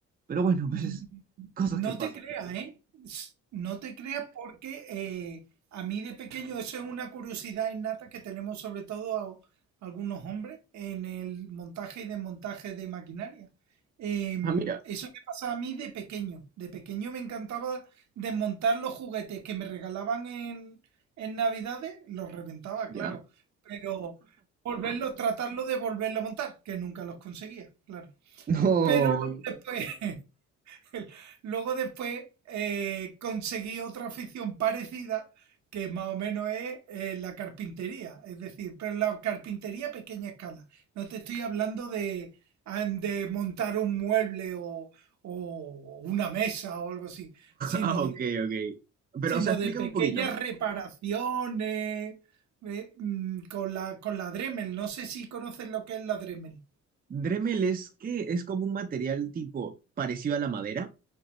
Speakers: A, on the right (about 30°); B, on the right (about 65°).
A: pero bueno,
B: Mm,
A: <laughs> pues cosas
B: No
A: que pasan.
B: te creas, ¿eh? S- No te creas porque eh, a mí de pequeño eso es una curiosidad innata que tenemos sobre todo a- algunos hombres en el montaje y desmontaje de maquinaria. Em,
A: Ah, mira,
B: eso me pasaba a mí de pequeño. De pequeño me encantaba desmontar los juguetes que me regalaban en, en Navidades, los reventaba, claro,
A: ya. <laughs>
B: pero volverlo tratarlo de volverlo a montar, que nunca los conseguía, claro.
A: No.
B: Pero luego después, <laughs> luego después eh, conseguí otra afición parecida que más o menos es eh, la carpintería, es decir, pero la carpintería a pequeña escala. No te estoy hablando de, an- de montar un mueble o, o una mesa o algo así, sino
A: Ah, ok,
B: de,
A: ok. Pero,
B: sino
A: o sea, explícame
B: de pequeñas
A: un poquito.
B: reparaciones eh, mm, con la, con la Dremel. No sé si conoces lo que es la Dremel.
A: Dremel es que es como un material tipo parecido a la madera,